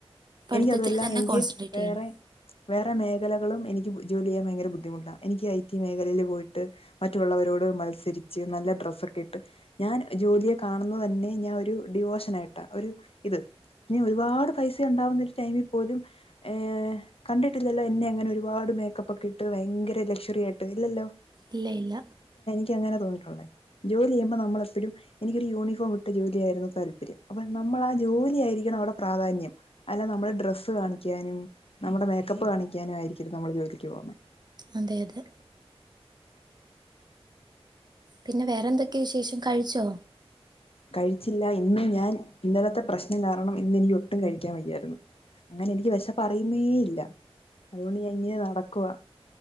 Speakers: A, on the right; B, on the left.
A: പഠിത്തത്തിൽ
B: എനിക്കതല്ല
A: തന്നെ
B: എനിക്ക്
A: കോൺസെൻട്രേറ്റ്
B: വേറെ
A: ചെയ്യണം
B: വേറെ മേഖലകളും എനിക്ക് ജോലി ചെയാൻ ഭയങ്കരബുദ്ധിമുട്ടാ എനിക്ക് ഐക്യമേഖലയിൽപോയിട്ട് മറ്റുള്ളവരോട് മത്സരിച്ച് നല്ല <unintelligible> ഇട്ട് ഞാൻ ജോലിയെ കാണുന്നത്‌ തന്നെ ഞാൻ ഒരു ഡിവോഷൻ ആയിട്ടാ ഒരു ഇത് ഇനി ഒരുപാട് പൈസ ഉണ്ടാവുന്ന ഒരു ടൈമിൽ പോലും ഏ കണ്ടിട്ടില്ലല്ലോ എന്നെ അങ്ങനെ ഒരുപാട് മേക്കപ്പ് ഒക്കെ ഇട്ട് ഭയങ്കര ലക്ഷറി ആയിട്ട് ഇല്ലല്ലോ
A: ഇല്ല ഇല്ല
B: ങ്ങനെ തോന്നിയിട്ടുള്ളേ ജോലി ചെയ്യുമ്പോ നമ്മളെപ്പോഴും എനിക്ക ഒരു യൂണിഫോം ജോലി ആയിരുന്നു താല്പര്യം അപ്പ നമ്മള ആ ജോലി ആയിരിക്കണം അവിടെ പ്രാധാന്യം അല്ലാ തെനമ്മുടെ ഡ്രസ്സ്കാണിച്ച് നമ്മുടെ മേക്കപ്പ് കാണിക്കാനുംയിരിക്കരുത് നമ്മൾ ജോലിക്ക് പോവുന്നത്
A: അതെ അതെ പിന്നെ വേറെ എന്തൊക്കെയ വിശേഷം കഴിച്ചോ
B: കഴിച്ചില്ല ഇന്ന് ഞാൻ ഇന്നലത്തെ പ്രശ്നം കാരണം ഇന്ന് എനിക്ക് ഒട്ടും കഴിക്കാൻ വയ്യായിരുന്നു അങ്ങനെ എനിക്ക് വിശപ്പ് അറിയുന്നേ ഇല്ല അതുകൊണ്ട് ഞാൻ ഇങ്ങനെ നടക്കുവ